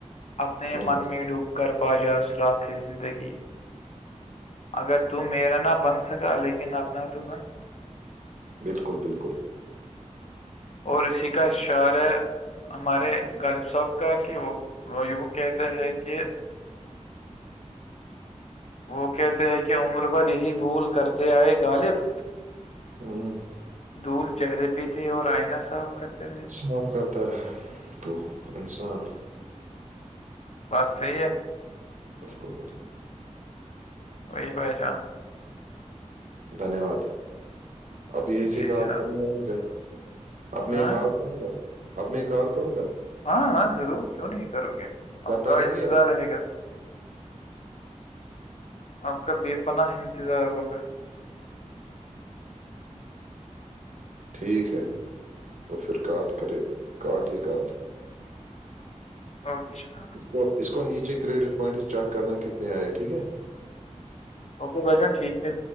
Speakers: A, on the left; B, on the right.
A: اپنے
B: ہاں
A: من میں ڈوب کر پا جا سراخ زندگی اگر ت میرا نہ بن سکا لیکن اپنا تو بن
B: بالکل بالکل
A: اور اسی کا اشعارہ ہمارے غالب صاحب کا کہ وہ یوں کہتے ہے کہ وہ کہتے ہیں کہ عمر پر ہیی بھول کرتے آئے غالب
B: ہوں
A: دھول چہرے پیتے اور آئناہ صاف کرتے رہے
B: صاف کرتا رہا تو انسان
A: بات صحیح ہے
B: بالکل بالکل
A: وہی بائی جام
B: دھنیہ واد اب یہی
A: جی
B: سے کال
A: جناب
B: کروں کروں کیا اپ نے
A: ہاں
B: کال کروں گا اپنی کال کروں گا
A: ہاں ہاں ضرور کیوں نہیں کرو گے آپ
B: یا پڑھیں
A: کا انتظار
B: گے
A: رہے گا آپ کا بے پناہ انتظار ہوگا
B: آپ ٹھیک ہے تو پھر کاٹ کرے کاٹے کٹ
A: اوکے جناب
B: اس کو اس کو نیچے کریڈٹ پوائنٹ چیک کرنا کتنے آئے ٹھیک ہے
A: اوکل بچان ٹھیک ہے